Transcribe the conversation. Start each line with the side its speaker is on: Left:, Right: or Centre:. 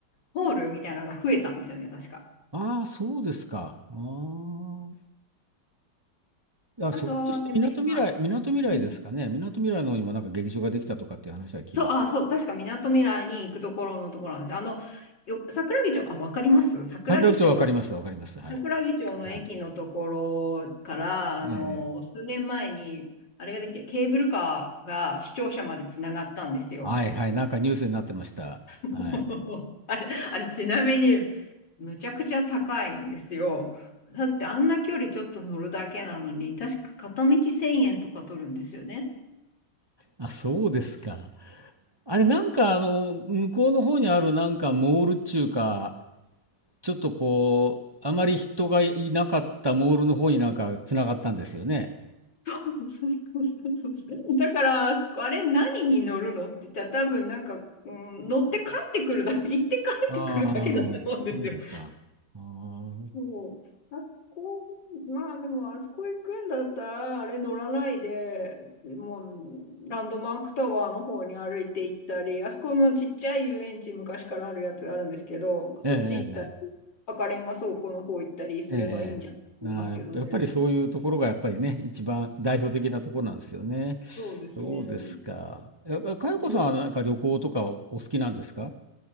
Left: ホールみたいなのが増えたんですよね、確か。
Right: ああ、そうですか。あーあ、
Left: あと、
Right: ひょっとしてみなとみらい、
Left: でも今、
Right: みなとみらいですかね。
Left: うん。
Right: みなとみらいの方にもなんか劇場ができたとかっていう話は聞きました。
Left: そう、あ、そう、確かみなとみらいに行くところのところなんですよ。あの、よ、桜木町、あ、わかります桜木町、
Right: 桜口町わかります、わかります。はい。
Left: 桜木町の駅のところから、
Right: はい。
Left: あの、
Right: ええ
Left: 数年前に、あれができて、ケーブルカーが視聴者までつながったんですよ。
Right: はいはい。なんかニュースになってました。
Left: <laughs>
Right: はい。
Left: あれ、あれ、ちなみに、むちゃくちゃ高いんですよ。だってあんな距離ちょっと乗るだけなのに、確か片道1000円とか取るんですよね。
Right: あ、そうですか。あれ、なんかあの、向こうの方にあるなんかモールっちゅうか、ちょっとこう、あまり人がいなかったモールの方になんか繋がったんですよね。
Left: <laughs> そうそうそうそうだから、あそこあれ何に乗るのって言ったら多分なんか、うん乗って帰ってくるだ、行って帰ってくるだけだと思うんですよ。
Right: ああ、そうですか。ああ、
Left: そう。あそこ、まあでも、あそこ行くんだったら、あれ乗らないで、もう、ランドマークタワーの方に歩いて行ったり、あそこもちっちゃい遊園地昔からあるやつがあるんですけど、そっち行ったり、
Right: ええ、
Left: 赤レンガ倉庫の方行ったりすればいいんじゃんと思いますけどね。
Right: ええ、ええ。なあ、やっぱやっぱりそういうところがやっぱりね、一番代表的なところなんですよね。
Left: そうですね。
Right: そうですか。え、かよこさんはなんか旅行とかお好きなんですか
Left: 旅、